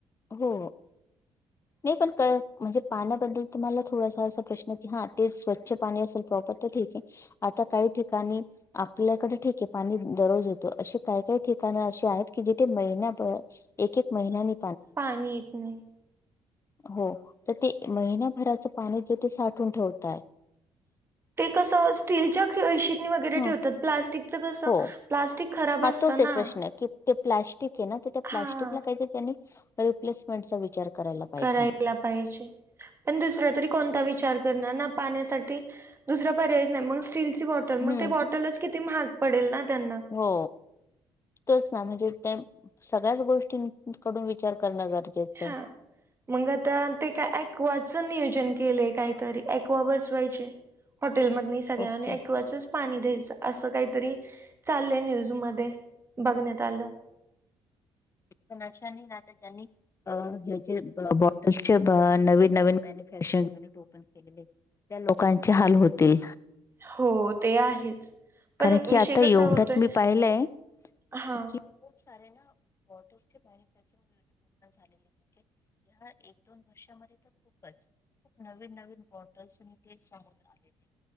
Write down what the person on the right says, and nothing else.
ह
पाणी येत नाही.
ते कसं स्टीलच्या <unintelligible> वगैरे
ठेवतात प्लास्टिकचं कस
प्लास्टिक खराब
असतं
ना
हा
करायला पाहिजे. पण दुसरा तरी कोणता विचार करणार ना पाण्यासाठी, दुसरा पर्यायच नाही, मग स्टीलची बॉटल मग
ते बॉटलच किती महाग पडेल ना त्यांना.
हां.
मग आता ते का अक्वॉ चे नियोजन केलेय काहीतरी अक्वॉ बसवायचे. हॉटेलमध्ये सगळ्या
आणि अक्वॉचच पाणी द्यायचं असं काहीतरी चाललंय न्यूज मध्ये. बघण्यात आलं.
हो ते आहेच. पण
विषय
कसा
होतोय
हा